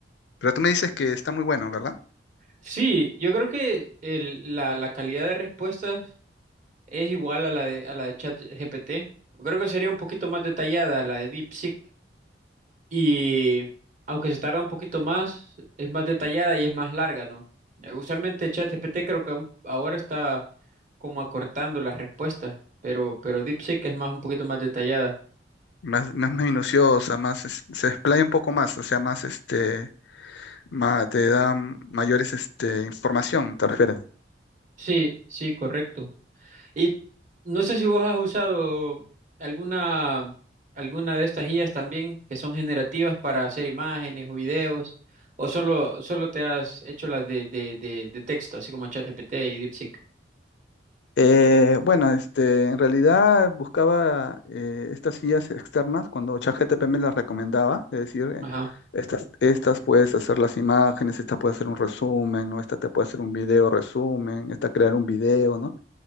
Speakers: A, on the left (about 70°); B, on the right (about 45°).
A: Pero tú me dices que está muy bueno, ¿verdad?
B: Sí, yo creo que el- la, la calidad de respuestas es igual a la de, a la de ChatGPT. Creo que sería un poquito más detallada la de DeepSeek. Y aunque se tarda un poquito más, es más detallada y es más larga, ¿no? Eh, Usualmente ChatGPT creo que aún- ahora está como acortando las respuestas, pero, pero DeepSeek es más un poquito más detallada.
A: Más, más minuciosa, más, es- se explaya un poco más, o sea, más, este, ma- te da mayores, este, información, ¿te refieres?
B: Sí, sí, correcto. Y no sé si vos has usado alguna, alguna de estas guías también que son generativas para hacer imágenes o videos, o solo, solo te has hecho las de, de, de, de texto, así como ChatGPT y DeepSeek.
A: Eh, bueno, este, en realidad buscaba eh, estas guías externas cuando ChatGPT me las recomendaba, es decir, eh,
B: Ajá.
A: estas, estas puedes hacer las imágenes, esta puede hacer un resumen, ¿no? Esta te puede hacer un video resumen, esta crear un video, ¿no?